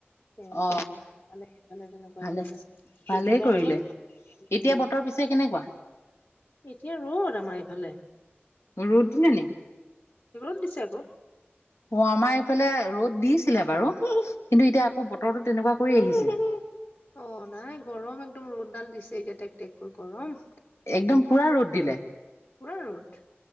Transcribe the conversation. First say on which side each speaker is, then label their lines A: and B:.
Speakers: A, on the left (about 55°); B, on the left (about 85°).
A: তেওঁলোকক
B: অ
A: মানে তেনেকুৱা
B: ভালে।
A: আছে
B: ভালেই
A: এইটো কাৰণেহে
B: কৰিলে।
A: মই হেৰি
B: এতিয়া বতাহ পিছে কেনেকুৱা?
A: এতিয়া ৰ'দ আমাৰ এইফালে।
B: ৰ'দ দিনা নে?
A: ৰ' দিছে আকৌ।
B: অ আমাৰ এইফালে ৰ'দ দি ছিলে বাৰু কিন্তু এতিয়া আকৌ বতৰটো তেনেকুৱা কৈ আহিছে।
A: অ নাই গৰম একদম ৰ'দ ডাল দিছে এতিয়া টেক টেকৈ গৰম।
B: একদম পুৰা ৰ'দ দিলে।
A: পূৰা ৰ'দ।